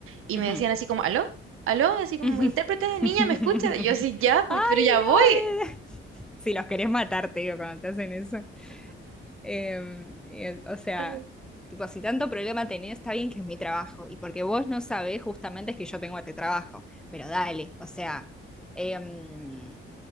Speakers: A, on the right; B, in the centre.
A: y
B: Ujú,
A: me decían así como, ¿aló? ¿Aló? Así como,
B: ujú.
A: intérprete,
B: <laughs>
A: niña, ¿me escuchas Y yo así, ya, pues,
B: Ay,
A: pero ya
B: no.
A: voy.
B: eh. Si los querés matar, te digo, cuando te hacen eso. Em, y el- o sea,
A: <laughs>
B: tipo, si tanto problema tenés, está bien que es mi trabajo. Y porque vos no sabés justamente es que yo tengo este trabajo. Pero dale, o sea, em,